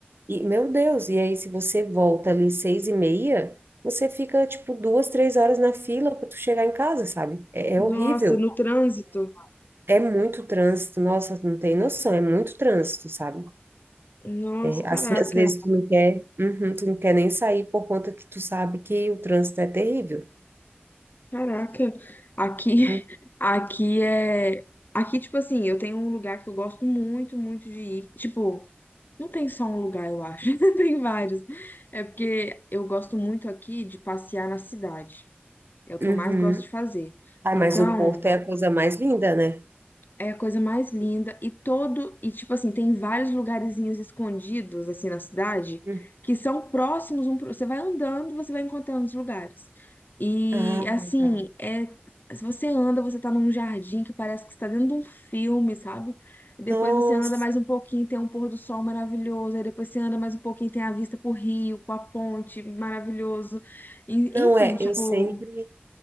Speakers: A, on the right; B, on the left.
A: E, meu Deus, e aí se você volta ali seis e meia, você fica, tipo, duas, três horas na fila para tu chegar em casa, sabe? é é
B: Nossa,
A: horrível.
B: no trânsito?
A: É muito trânsito, nossa, tu não tem noção, é muito trânsito, sabe?
B: Nossa,
A: Assim,
B: caraca.
A: às vezes tu não quer, uhum, tu não quer nem sair por conta que tu sabe que o trânsito é terrível.
B: Caraca, aqui, <laughs>
A: Hum,
B: aqui é, aqui tipo assim, eu tenho um lugar que eu gosto muito, muito de ir. Tipo, não tem só um lugar, eu acho, <laughs> tem vários. É porque eu gosto muito aqui de passear na cidade. É o que
A: Uhum.
B: eu mais gosto de fazer.
A: Ai,
B: Então,
A: mas o Porto é a coisa mais linda, né?
B: é a coisa mais linda e todo e tipo assim, tem vários lugarzinhos escondidos assim na cidade
A: Uhum.
B: que são próximos um pro... você vai andando, você vai encontrando os lugares. E
A: Ah,
B: assim,
A: legal.
B: é se você anda, você tá num jardim que parece que está dentro de um filme, sabe? E Depois
A: Nossa,
B: você anda mais um pouquinho, tem um pôr do sol maravilhoso, aí depois você anda mais um pouquinho, tem a vista pro rio, com a ponte, maravilhoso. En-
A: não
B: Enfim,
A: é,
B: tipo,
A: eu sempre,